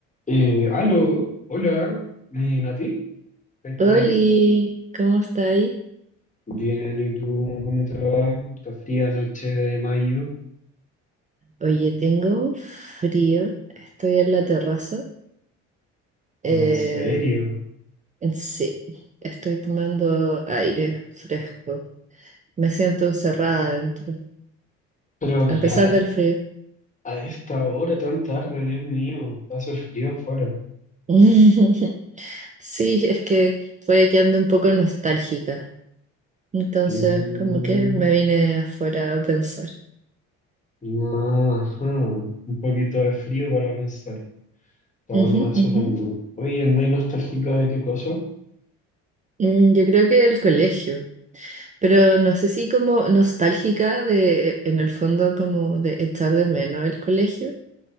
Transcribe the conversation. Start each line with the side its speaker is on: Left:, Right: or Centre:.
Left: Eh, aló, hola, eh, Nati, ¿estás
Right: Oli,
Left: por ahí?
Right: ¿cómo estáis?
Left: Bien, ¿y tú cómo te va? Esta fría noche de mayo.
Right: Oye, tengo un frío, estoy en la terraza. Eh,
Left: ¿En serio?
Right: sí, estoy tomando aire fresco. Me siento encerrada dentro,
Left: Pero
Right: a
Left: ya
Right: pesar
Left: a es-
Right: del frío.
Left: a esta hora tan tarde, Dios mío, hace frío afuera.
Right: <laughs> Sí, es que puede que ande un poco nostálgica. Entonces,
Left: Mm,
Right: como que me vine afuera a pensar.
Left: ajá, un poquito de frío para pensar. Está bueno
Right: Ujú,
Left: eso
Right: ujú.
Left: también. Oye, ¿andáis nostálgica de qué cosa?
Right: Mm, Yo creo que el colegio. Pero no sé si como nostálgica de, en el fondo, como de echar de menos el colegio,